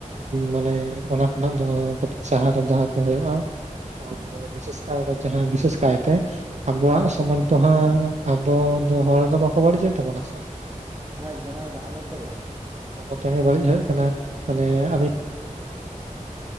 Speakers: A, on the right; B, on the right.
A: ᱢᱟᱱᱮ ᱚᱱᱟ ᱠᱷᱚᱱᱟᱜ ᱫᱚ ᱠᱟᱹᱴᱤᱡ ᱥᱟᱦᱟ ᱨᱮ ᱫᱚᱦᱚ ᱠᱚ ᱦᱩᱭᱩᱜ-ᱟ ᱟᱨ ᱵᱤᱥᱮᱥᱟᱜ ᱡᱟᱦᱟᱸ ᱵᱤᱥᱮᱥ ᱠᱟᱛᱮ ᱟᱵᱚᱣᱟᱜ
B: ᱦᱮᱸ
A: ᱥᱚᱢᱳᱡ ᱫᱚ ᱦᱟᱸᱜ ᱟᱵᱚ ᱫᱚ ᱦᱚᱲ ᱫᱚ ᱵᱟᱠᱚ ᱵᱟᱹᱲᱤᱡᱮᱫ ᱛᱟᱵᱚᱱᱟ ᱥᱮ
B: ᱮᱠᱫᱚᱢ ᱮᱫᱚᱢ ᱟᱵᱚ ᱛᱮᱜᱮ
A: ᱟᱵᱚ ᱛᱮᱜᱮ ᱵᱟᱹᱲᱤᱡ ᱦᱩᱭᱩᱜ ᱠᱟᱱᱟ ᱾ ᱢᱟᱱᱮ ᱟᱵᱤᱱ